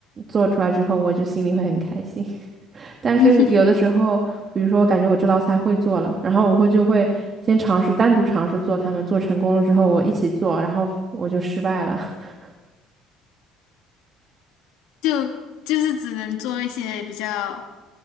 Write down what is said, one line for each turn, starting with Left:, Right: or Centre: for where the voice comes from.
Right: 做出来之后，我就心里会很开心。<laughs> 但是有的时候，
Left: <laughs>
Right: 比如说我感觉我这道菜会做了，然后我会就会先尝试单独尝试做它们，做成功了之后我一起做，然后我就失败了。<laughs>
Left: 就就是只能做一些比较